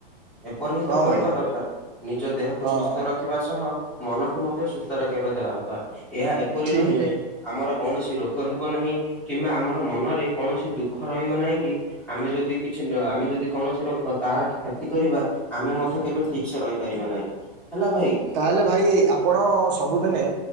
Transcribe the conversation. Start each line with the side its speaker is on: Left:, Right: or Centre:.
Centre: ଏପରି ହିଁ
Right: ହଁ
Centre: ତ କରିବା
Right: ଭାଇ
Centre: ଦରକାର ନିଜ ଦେହକୁ
Right: ହଁ
Centre: ସୁସ୍ଥ ର ଖିବା ସହ ମନକୁ ମଧ୍ୟ ସୁସ୍ଥ ରଖିବା ଦରକାର ଏହା ଏପରି
Right: ଠିକ୍
Centre: ରହିଲେ
Right: ଭାଇ
Centre: ଆମର କୌଣସି ରୋଗ ହେବ ନାହିଁ କିମ୍ବା ଆମର ମନରେ କୌଣସି ଦୁଃଖ ରହିବ ନାହିଁ କି ଆମେ ଯଦି ଆମେ ଯଦି କୌଣସି ର କାହାର କ୍ଷତି କରିବା ଆମେ ମଧ୍ୟ କେବେ ଠିକ ସେ ରହିପାରିବା ନାହିଁ। ହେଲା ଭାଇ।
Right: ତାହେଲେ ଭାଇ ଆପଣ ସବୁଦିନେ